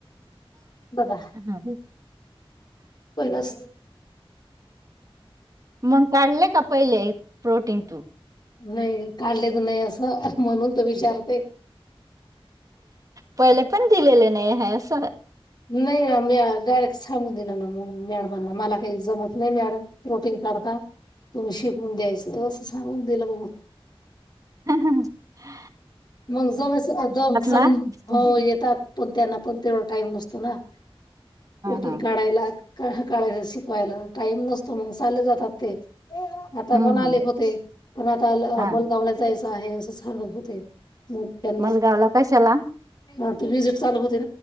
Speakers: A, on the left; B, on the right.
A: दादा
B: हा
A: पहिलंच
B: मग काढलं का पहिले प्रोटीन तू
A: नाही काढलेच नाही असं म्हणून तर विचारते
B: पहिले पण दिलेले नाही आहे असं
A: नाही रम या गार सांगू दिलं ना मॅडमला मला काही जमत नाही मॅडम प्रोटीन काढता तुम्ही शिक म्हून द्यायचं असं सांगून दिलं ब
B: ह
A: मग जमच जम
B: ना ह
A: हो येतात पण त्यांना पण तेवढा टाइम नस तर तुमचा
B: ह
A: राहिलाक तो हा काळआहे शिकवायला टाईम नसतो मग सहालां जातात ते म आता
B: हम्म
A: पण आलेख
B: हम्म
A: होते पण आता
B: हा
A: अमोलगावला जायचं आहे असं सांगत होते म त्यांना
B: मलगावला कशाला
A: ह ते विजिट चालू होते